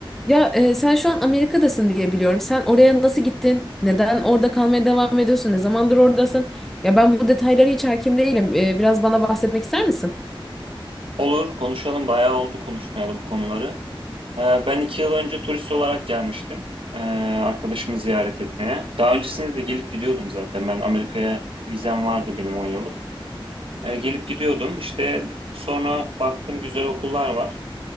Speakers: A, in the centre; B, on the right.
A: Ya e, sen şu an Amerika'dasın diye biliyorum. Sen oraya nasıl gittin? Neden orada kalmaya devam ediyorsun? Ne zamandır oradasın? Ya ben bu detaylara hiç hakim değilim. E, biraz bana bahsetmek ister misin?
B: Olur, konuşalım. Bayağı oldu konuşmayalı bu konuları. Ee, Ben iki yıl önce turist olarak gelmiştim. Ee, Arkadaşımı ziyaret etmeye. Daha öncesinde de gelip gidiyordum zaten. Ben Amerika'ya vizem vardı benim 10 yıllık. Ee, Gelip gidiyordum. İşte sonra baktım güzel okullar var.